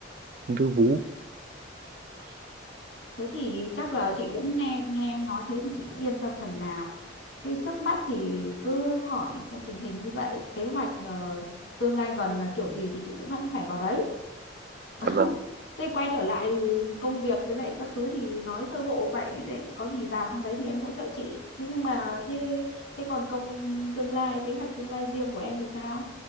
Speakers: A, on the right (about 50°); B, on the left (about 70°).
A: ung thư vú
B: thế thì chắc là chị cũng nghe nghe em nói thế thì chị cũng yên tâm phần nào Thế trước mắt thì cứ hỏi xem tình hình như vậy, kế hoạch ờ, tương lai gần là kiểu gì thì chị cũng vẫn phải vào đấy. <laughs>
A: dạ vâng
B: Thế quay trở lại thì công việc với lại các thứ thì nói sơ bộ vậy để có gì vào trong đấy thì em hỗ trợ chị. Thế nhưng mà thế thế còn công tương lai, kế hoạch tương lai riêng của em thì sao?